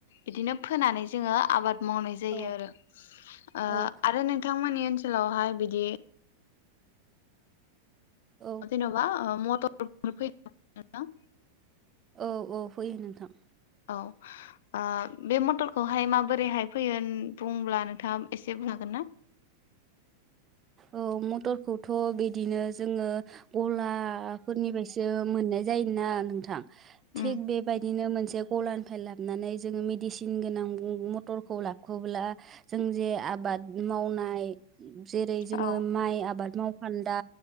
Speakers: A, on the left; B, on the right.
A: बिदिनो फोनानै जोङो आबाद मावनाय जायो
B: औ
A: आरो ओ
B: औ
A: आरो नों बिथांमोननि ओनसोलावहाय बिदि
B: औ
A: जेनबा म - टर <unintelligible>
B: औ औ फैयो नोंथां।
A: औ आ बे मथरखौहाय माबोरैहाय फैयो बुंब्ला नोंथाङा एसे बुंनो हागोन ना?
B: औ मटरखौथ' बिदिनो जोङो गलाफोरनिफ्रायसो मोननाय जायोना नोंथां।
A: उम
B: थिग बेबायदिनो मोन से गलानिफ्राय लाबनानै जोङो मेडिसिन गोनां मटरखौ लाखुब्ला जों जे आबाद मावनाय जेरै जोङो
A: औ
B: माइ आबाद माव खान्दा